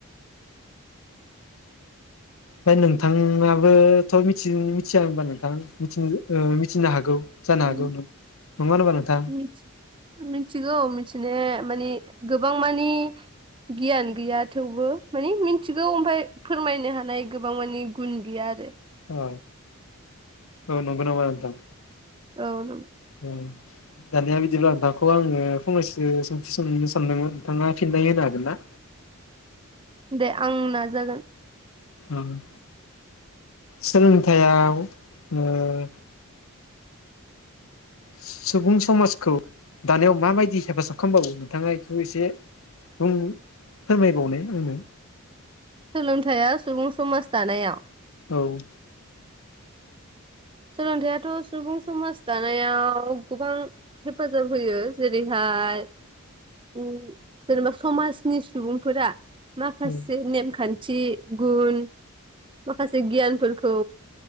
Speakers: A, on the left; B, on the right.
A: फ्राय नोंथाङाबोथ मिथिन मिथिया होमबा नोंथां मिथिनो ओ मिथिनो हागौ। जानो
B: उम
A: हागौ नों नङा होनबा नोंथां
B: मिनथ्स मिथिगौ मिथिनाया माने गोबां गो मानि गियान गैया थेवबो मानि मिथिगौ ओमफाय फोरमायनो हानाय गोबां मानि गुन गैया आरो
A: ओ औ नंगौ नामा नोंथां
B: औ
A: औ दानिया बिदिब्ला नोंथांखौ आङो फंनैसो सोंथि सोंनो सानदोंमोन नोंथाङा फिननाय होनो हागोन ना?
B: दे आं नाजागोन
A: उम सोलोंथाययाव उम सुबुं समाजखौ दानायाव माबायदि हेफाजाब खालामबावो नोंथाङा ऐखौ एसे बुं फोरमायबावनाय आंनो।
B: सोलोंथाया सुबुं समाज दानायाव
A: औ।
B: सोलोंथायाइथ सुबुं समाज दानायाव गोबां हेफाजाब होयो जेरैहाय उम जेनेबा समाजनि सुबुंफोरा। माखासे
A: औ
B: नेम खान सि गुन माखासे गियान फोरख खौ